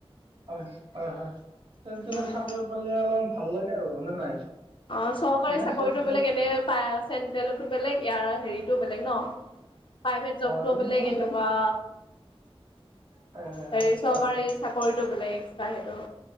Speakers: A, on the right; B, on the left.
A: হয় হয় হয় চেণ্ট্ৰেলৰ
B: উম
A: চাকৰি পালে অলপমান ভাল লাগে। আৰু নহ'লে নাই।
B: অ চৰকাৰী
A: নে
B: চাকৰিতো
A: চেণ্ট্ৰেল
B: বোলে এনে। পায়। চেণ্টেলতো বেলেগ ইয়াৰ হেৰিতটো বেলেগ ন? প্ৰাইভেট
A: হয়
B: জবটো
A: কিন্তু
B: বেলেগ।
A: মই
B: এনেকুৱা
A: চেন হয় হয়
B: হেৰি চৰকাৰী
A: হয় হয় হয়
B: চাকৰিটো বেলেগ। চাই সেইটো।